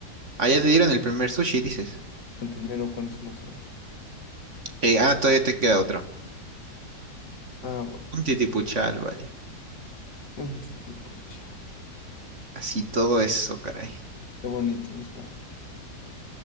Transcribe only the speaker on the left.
El primero, ¿cuántos más hay?
Ah, bueno.
Un titipucha.
<laughs> Qué bonito el Spike.